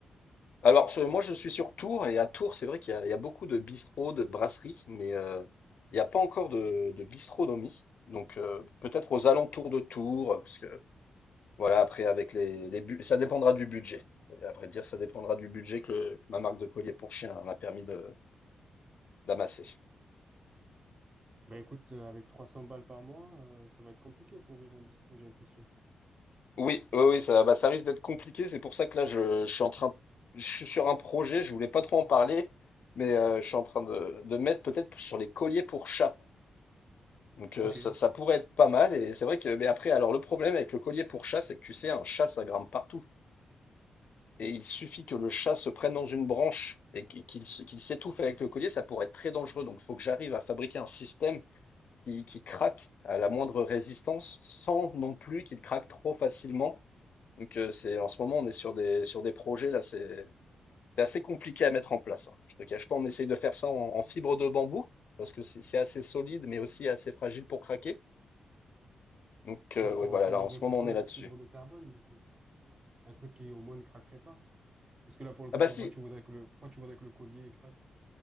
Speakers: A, on the left; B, on the right.
A: Alors, je- moi, je suis sur Tours, et à Tours, c'est vrai qu'il y a, il y a beaucoup de bistrots, de brasseries, mais euh, il n'y a pas encore de, de bistronomie. Donc, euh, peut-être aux alentours de Tours, parce que Voilà, après, avec les, les bu- ça dépendra du budget. À vrai dire, ça dépendra du budget que, le- que ma marque de collier pour chien m'a permis de d'amasser.
B: Bah écoute, euh, avec 300 balles par mois, euh, ça va être compliqué pour ouvrir un bistrot, j'ai l'impression.
A: Oui, oui, oui, ça, bah, ça risque d'être compliqué. C'est pour ça que là, je, je suis en train, je suis sur un projet. Je voulais pas trop en parler, mais euh, je suis en train de, de mettre peut-être sur les colliers pour chat. Donc, euh,
B: Ok.
A: ça, ça pourrait être pas mal. Et c'est vrai que, mais après, alors le problème avec le collier pour chat, c'est que tu sais, un chat, ça grimpe partout. Et il suffit que le chat se prenne dans une branche et qu'il qu'il s'étouffe avec le collier, ça pourrait être très dangereux. Donc, il faut que j'arrive à fabriquer un système qui, qui craque à la moindre résistance, sans non plus qu'il craque trop facilement. Donc, euh, c'est, en ce moment, on est sur des, sur des projets, là, c'est, c'est assez compliqué à mettre en place. hein. Je ne te cache pas, on essaye de faire ça en, en fibre de bambou, parce que c'est c'est assez solide, mais aussi assez fragile pour craquer. Donc, euh,
B: Moi, je
A: ouais,
B: te recommanderais
A: voilà, là, en ce moment,
B: plutôt
A: on
B: la
A: est là-dessus.
B: fibre de carbone, du coup. Un truc qui, au moins, ne craquerait pas. Parce que là, pour le coup,
A: Ah bah
B: pourquoi
A: si,
B: tu voudrais que le, pourquoi tu voudrais que le collier, il craque?